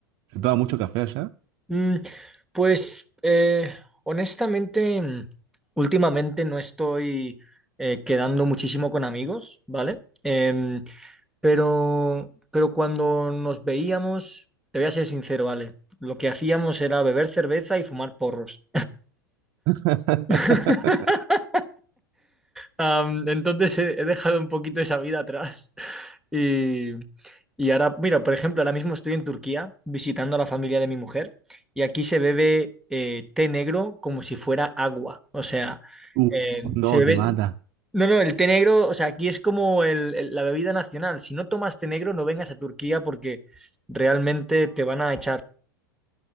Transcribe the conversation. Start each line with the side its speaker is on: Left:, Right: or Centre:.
Right: ¿Se toma mucho café allá?
Centre: Mm, pues eh, honestamente, mm, últimamente no estoy eh, quedando muchísimo con amigos, ¿vale? Em, pero, pero cuando nos veíamos, te voy a ser sincero, Ale, lo que hacíamos era beber cerveza y fumar porros.
Right: <laughs>
Centre: <laughs> Am, entonces he, he dejado un poquito esa vida atrás. <laughs> Y, y ahora, mira, por ejemplo, ahora mismo estoy en Turquía visitando a la familia de mi mujer y aquí se bebe eh, té negro como si fuera agua. O sea,
Right: Uf,
Centre: eh,
Right: no,
Centre: se bebe...
Right: te mata.
Centre: No, no, el té negro, o sea, aquí es como el- el- la bebida nacional. Si no tomas té negro, no vengas a Turquía porque realmente te van a echar.